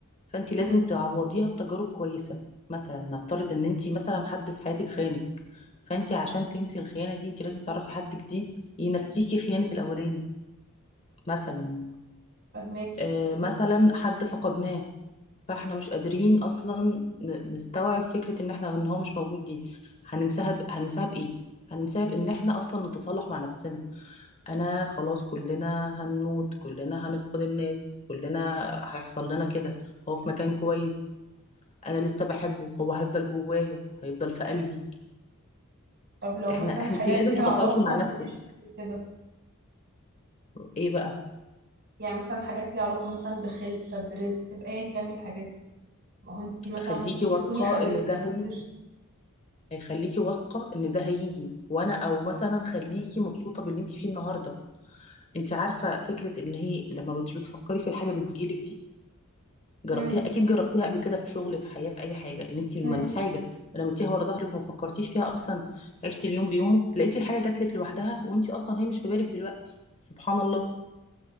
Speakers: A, on the left; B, on the right.
A: فانت لازم
B: امم
A: تعوضيها بتجارب كويسه مثلا نفترض ان انت مثلا حد في حياتك خانك فانت عشان تنسي الخيانه دي انت لازم تعرفي حد جديد ينسيكي خيانه الاولاني مثلا
B: فهماكي
A: آه مثلا حد فقدناه فاحنا مش قادرين اصلا ن- نستوعب فكره ان احنا ان هو مش موجود دي هننساها ب... هننساها بايه هننساها بان احنا اصلا نتصالح مع نفسنا انا خلاص كلنا هنموت كلنا هنفقد الناس كلنا هيحصل لنا كده هو في مكان كويس انا لسه بحبه هو هيفضل جوايا هيفضل في قلبي
B: طب لو
A: احنا
B: مثلا
A: احنا
B: حاجات
A: انت لازم
B: ليها
A: تتصالحي
B: علاقة
A: مع نفسك
B: مش كده
A: ايه بقى
B: يعني مثلا حاجات ليها علاقة مثلا بخلفة برزق بأيا كان من الحاجات دي ما هو انتي مثلا
A: خليكي
B: ممكن
A: واثقه
B: تكوني حاولت
A: ان ده
B: كتير
A: هي... هيخليكي واثقه ان ده هيجي وانا او مثلا خليكي مبسوطه باللي انت فيه النهارده انت عارفه فكره ان هي لما مش بتفكري في الحاجه بتجيلك دي جربتيها
B: امم
A: اكيد جربتيها قبل كده في شغل في حياه في اي حاجه ان انت لما
B: امم
A: الحاجه رميتيها ورا ظهرك وما فكرتيش فيها اصلا عشتي اليوم بيومه لقيتي الحاجه جاتلك لوحدها وانت اصلا هي مش في بالك دلوقتي سبحان الله